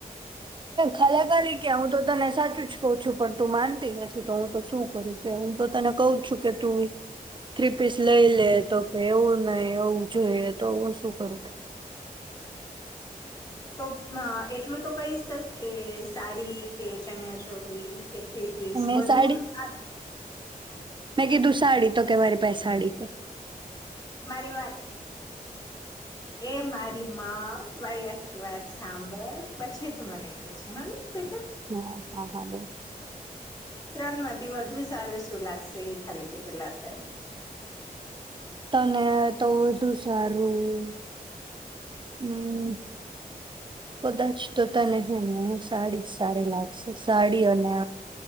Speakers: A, on the right; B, on the left.
A: ખાલાકાાલી કે હું તો તને સાચું જ કઉ છું પણ તું માનતી નથી તો હું તો શું કરું કે હું તો તને કઉ છું કે તું થ્રી પીસ લઈ લે તો કે એવું નહી એવું જોઈએ તો હું શું કરું કે?
B: ટૂંકમાં એટલું તો કહી શક કે સાડી કે ચનિયા ચોલી? કે થ્રી ત્રીસ
A: મેં
B: વધુ
A: સાડી
B: આ.
A: મેં કીધું સાડી તો કે મારી પાહે સાડી નહીં.
B: મારી વાત એ મારી માં. મારી આખી વાત સાંભળ પછી તું મને કે છે હને બેટા.
A: હા હા હા બોલ.
B: ત્રણ મ તે વધુ સારું શું લાગશે? એ ખાલી કે પેલા અત્યારે.
A: તને તો વધુ સારું હમ કદાચ તો તને હેને સાડી જ સારી લાગશે સાડી અને